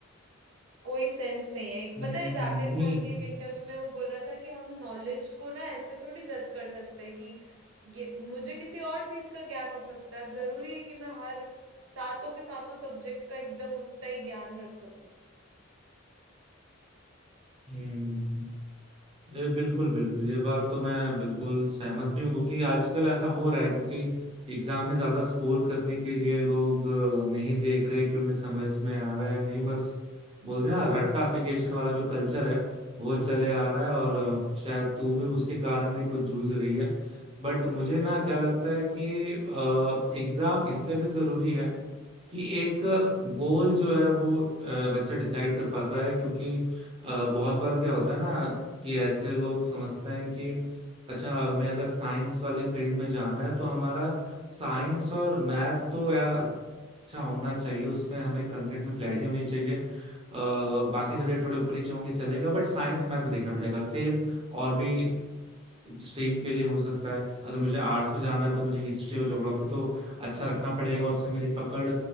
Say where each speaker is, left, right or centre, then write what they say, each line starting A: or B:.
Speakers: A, on the right (about 70°); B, on the right (about 30°).
A: कोई सेंस नहीं है एक
B: हम्म
A: पता है जाकिर
B: नहीं
A: खान के एक इंटरव्यू में वो बोल रहा था कि हम नॉलेज को ना ऐसे थोड़ी जज कर सकते हैं कि ये मुझे किसी और चीज का ज्ञान हो सकता है अब जरूरी है कि मैं हर सातों के सातों सब्जेक्ट का एकदम उतना ही ज्ञान रख सकूं
B: हम्म ये बिल्कुल बिल्कुल ये बात तो मैं बिल्कुल सहमत भी हूँ क्योंकि आजकल ऐसा हो रहा है क्योंकि एग्जाम में ज्यादा स्कोर करने के लिए लोग अ, नहीं देख रहे कि उन्हें समझ में आ रहा है नहीं बस बोलते हैं ना रट्टाफिकेशन वाला जो कल्चर है वो चले आ
A: हाँ
B: रहा है और अ, शायद तू भी उसके कारण ही कुछ जूझ रही है बट मुझे ना क्या लगता है कि एग्जाम इसलिए भी जरूरी है कि एक गोल जो है वो अ, बच्चा डिसाइड कर पाता है क्योंकि अ, बहुत बार क्या होता है ना कि ऐसे लोग समझते हैं कि अच्छा हमें अगर साइंस वाले फील्ड में जाना है तो हमारा साइंस और मैथ तो यार अच्छा होना चाहिए उसमें हमें कंसेप्ट में क्लैरिटी होनी चाहिए अ, बाकी सब्जेक्ट थोड़े ऊपर नीचे होंगे चलेगा बट साइंस मैथ में देखना पड़ेगा सेम और भी स्ट्रीम के लिए हो सकता है अगर मुझे आर्ट्स पे जाना है तो मुझे हिस्ट्री और ज्योग्राफी तो अच्छा रखना पड़ेगा उसमें मेरी पकड़